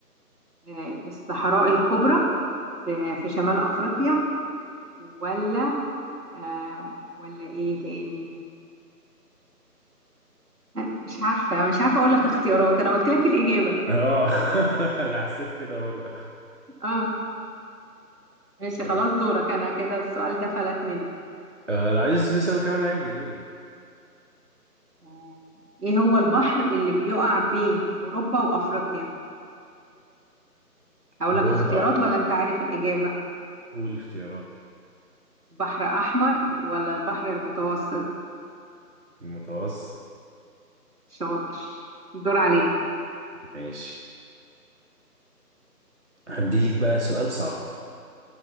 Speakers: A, on the right (about 70°); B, on the right (about 45°).
A: آه، الصحراء الكبرى في في شمال أفريقيا ولا آه، ولا إيه تاني آه، مش عارفة مش عارفة أقول لك اختيارات أنا قلت لك الإجابة
B: اه <laughs> انا حسيت كده برضه
A: آه ماشي
B: <laughs>
A: خلاص دورك أنا كده السؤال ده فلت مني
B: آه، لو عايز تسألني سؤال كمان عادي قولي
A: آه، إيه هو البحر اللي بيقع بين أوروبا وأفريقيا اقول
B: أوروبا
A: لك اختيارات ولا انت عارف الاجابه
B: قول الاختيارات
A: بحر احمر ولا البحر المتوسط
B: المتوسط
A: شاطر الدور عليك
B: ماشي هديلك بقى سؤال صعب